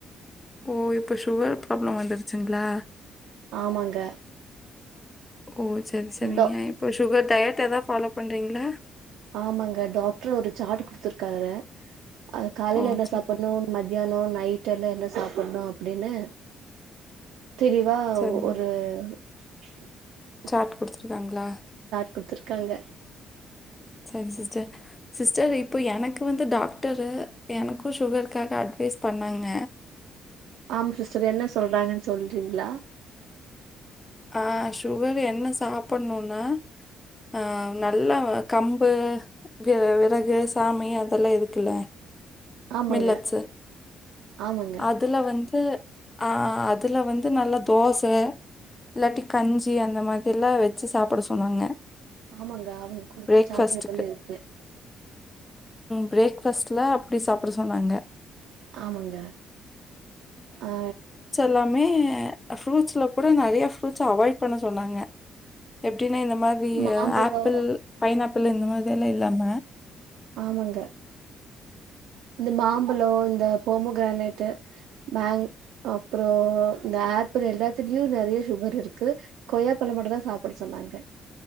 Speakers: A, on the left (about 20°); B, on the right (about 85°).
A: ஓ இப்ப சுகர் ப்ராப்ள வந்துருச்சுங்களா
B: ஆமாங்க
A: ஓ செரி செரிங்க
B: டா
A: இப்போ சுகர் டயட் எதா ஃபாலோ பண்றீங்ளா
B: ஆமாங்க டாக்டர் ஒரு சாட்டு குடுத்துருக்காரே அவ காலைல
A: ஓ
B: என்ன
A: சரி
B: சாப்பட்ணு மத் மத்தியான நைட்டல்ல என்ன சாப்டணு அப்டின்னு தெறிவா
A: சரிங்க
B: ஒரு <inaudible>
A: சாட் குடுத்துட்ராங்களா
B: குடுத்துட்ருக்காங்க
A: செரி சிஸ்டர் சிஸ்டர் இப்ப எனக்கு வந்து டாக்டரு எனக்கு சுகருக்காக அட்வைஸ் பண்ணாங்க
B: ஆம் சிஸ்டர் என்ன சொல்றாங்கன் சொல்றிங்ளா
A: ஆ சுகர் என்ன சாப்பட்ணுனா ஆ நல்லா கம்பு விய விறகு சாமை அதெல்லா இருக்குல்ல
B: ஆமாங்க
A: மில்லட்ஸு
B: ஆமாங்க
A: அதுல வந் து ஆ அதுல வந்து நல்ல தோச இல்லாட்டி கஞ்சி அந்த மாதிர்லா வச்சு சாப்பிட சொன்னாங்க
B: ஆமாங்க அவ்ங்க குடுத்த
A: பிரேக்ஃபாஸ்ட்டுக்கு
B: சாட்ல இதெல்ல இருக்கு
A: பிரேக்ஃபஸ்ட்ல அப்டி சாப்ட சொன்னாங்க
B: ஆமங்க ஆ
A: லாமே ஃப்ரூட்ஸ்ல போ நெறய ப்ரூட்ஸ் அவாய்ட் பண்ண சொன்னாங்க எப் அப்டினா இந்த மாத்ரி
B: மாம்பழோ
A: ஆப்பிள் பைன் அப்பல்ல இந்த மாத்ரில்ல இல்லாம
B: ஆமாங்க இந்த மாம்பல இந்த போமோ கிரானட்டு மேங் அப்ற இந்த ஆப்பிள் எல்லாத்துலயு நெறய சுகர் இருக்கு கொய்யாபழ மட்டுந்தா சாப்பிட சொன்னாங்க